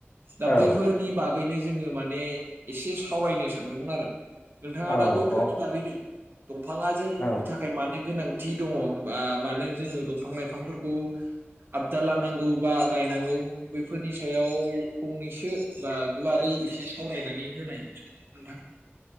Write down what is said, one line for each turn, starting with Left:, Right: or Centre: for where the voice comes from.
Right: दा
Left: औ
Right: बैफोरनि बा गैनो जोङो माने एसे सावरायनो सानदोंमोन आरो। नोंथाङा
Left: औ
Right: दा बैफोरनि
Left: औ
Right: बागैनो दंफाङा जोंनि
Left: औ
Right: थाखाय मानो गोनां थि दङ बा मानो जोङो दंफां लाइफांफोरखौ आबदा लानांगौ बा गायनांगौ बैफोरनि सायाव फंनैसो बा गुवारै एसे सावरायनानै होनाय नोंथां।